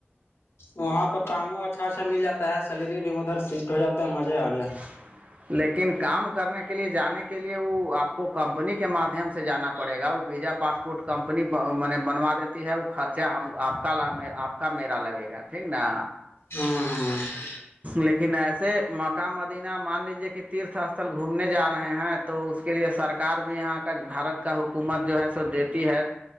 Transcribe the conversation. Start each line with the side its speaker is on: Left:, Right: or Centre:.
Left: وہاں تو کاموں اچھا اچھا مل جاتا ہے سیلری بھی ادھر شفٹ ہو جاتا ہے مزے آ جائے
Right: <unintelligible> لیکن کام کرنے کے لیے جانے کے لیے وہ آپ کو کمپنی کے مادھیم سے جانا پڑے گا وہ بیجا پاسپورٹ کمپنی م بنوا دیتی ہے وہ خرچہ آپ کا آپ کا میرا لگے گا ٹھیک نا
Left: ہاں
Right: لیکن ایسے مکہ مدینہ مان لیجے کہ تیرھ استھل گھومنے جا رہے ہیں تو اس کے لیے سرکار بھی یہاں کا بھارت کا حکومت جو ہے سو دیتی ہے